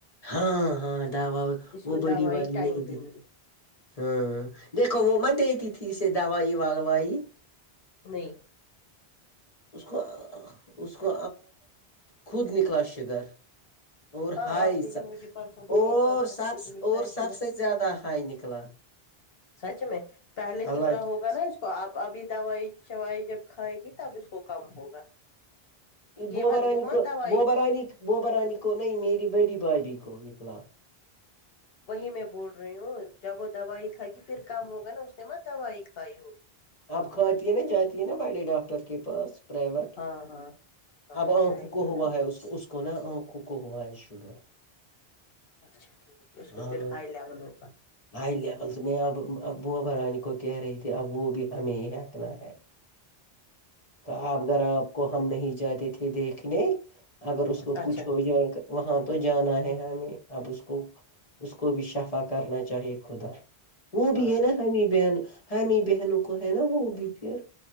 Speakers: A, on the left; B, on the left.
A: ہاں ہاں دعوا
B: اس
A: وہ
B: کو
A: بڑی
B: دوائی
A: والاری
B: ٹائم
A: نہیں
B: پہ
A: تھی
B: ملی
A: ہاں دیکھو وہ مت دیتی تھی اسے دوائی وائی
B: نہیں
A: اس کو اس کو خود نکلا شگر اور
B: ہاں
A: ہائی
B: آپ نے جو مجھے پرسوں بولا
A: اور
B: تھا اس کا خود
A: سب
B: نکلا
A: اور
B: ہے
A: سب
B: شوگر
A: سے زیادہ ہائی نکلا
B: سچ میں پہلے
A: اللہ
B: نکلا
A: کی
B: ہوگا
A: قسم۔
B: نا اس تو آپ ابھی دوائی شائی جب کھائے گی تب اس کو کم ہوگا یہ
A: بوبرانی
B: مت وہ مت
A: کو
B: دوائی
A: بوبرانی بوبرانی کو نہیں میری بڑی بھابھی کو نکلا
B: وہی میں بول رہی ہوں جب وہ دوائی کھائے گی پھر کام ہوگا نا اس نے م دوائی کھائی ہوگی
A: اب کھاتی ہے نا جاتی ہے نا بڑے ڈاکٹر کے پاس پائیویٹ
B: ہاں ہاں ہاں
A: اب آنکھوں
B: جائے
A: کو
B: گی
A: ہوا
B: نا
A: ہے اس کو نا آنکھوں کو ہوا ہے شوگر
B: اچھا ٹھیک ہے اس کو
A: ہاں
B: پھر ہائی لیول ہوگا
A: ہائی لیول سے میں اب بوبا رانی کو کہہ رہی تھی اب وہ بھی ہمیں یہ آکھنا ہے کہ اپ اگر آپ کو ہم نہیں جاتے تھے دیکھنے اگر اس کو
B: اچھا
A: کچھ ہو جائے وہاں تو جانا ہے ہمیں اب اس کو اس کو بھی شفا کرنا چاہیے خدا وہ بھی
B: ہاں
A: ہے نا ہمیں بہن ہمیں بہنوں کو ہے نا وہ بھی پھر